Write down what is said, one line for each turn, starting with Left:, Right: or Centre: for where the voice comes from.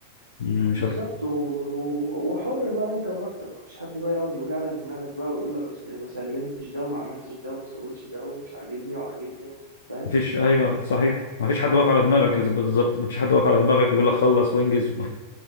Left: مش
Right: بالظبط
Left: هت...
Right: و... و- وحر بقى انت براحتك مفيش حد بقى يقعد يوجع لك دماغك بقى ويقول لك اصل ما سلمتش ده وما عملتش ده وما سويتش ده ومش عاجبني وعاجبني فاهم
Left: مفيش ايوه صحيح مفيش حد واقف على دماغك بالظبط مفيش حد واقف على دماغك بيقول لك خلص وانجز و...